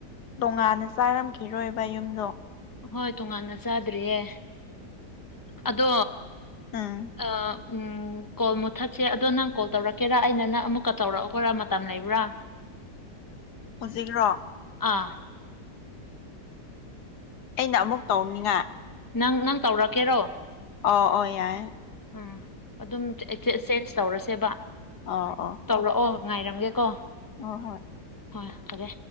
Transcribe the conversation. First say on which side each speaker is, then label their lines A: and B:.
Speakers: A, on the left; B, on the left.
A: ꯇꯣꯡꯉꯥꯟꯅ ꯆꯥꯔꯝꯈꯤꯔꯣꯏꯕ ꯌꯨꯝꯗꯣ
B: ꯍꯣꯏ ꯇꯣꯉꯥꯟꯅ ꯆꯥꯗ꯭ꯔꯤꯌꯦ ꯑꯗꯣ
A: ꯑꯥ
B: ꯑꯥ ꯎꯝ ꯎꯝ ꯀꯣꯜ ꯃꯨꯠꯊꯠꯁꯦ ꯑꯗꯣ ꯅꯪ ꯀꯣꯜ ꯇꯧꯔꯛꯀꯦꯔꯥ ꯑꯩꯅ ꯅꯪ ꯑꯃꯨꯛꯀ ꯇꯧꯔꯛꯈꯔꫭꯔꯥ ꯃꯇꯝ ꯂꯩꯕ꯭ꯔꯥ <inaudible>
A: ꯍꯧꯖꯤꯛ꯭ꯔꯣ
B: ꯑꯥ
A: ꯑꯩꯅ ꯑꯃꯨꯛ ꯇꯧꯅꯤꯡꯉꯥꯏ
B: ꯅꯪ ꯅꯪ ꯇꯧꯔꯛꯀꯦꯔꯣ
A: ꯑꯣ ꯑꯣ ꯌꯥꯏ
B: ꯑꯥ ꯑꯗꯨꯝ ꯇꯧꯔꯁꯦꯕ
A: ꯑꫭ ꯑꯣꯥ
B: ꯇꯧꯔꯛꯑꯣ ꯉꯥꯏꯔꯝꯒꯦ ꯀꯣ
A: ꯑꯣ ꯍꯣꯏ
B: ꯍꯣꯏ ꯐꯔꯦ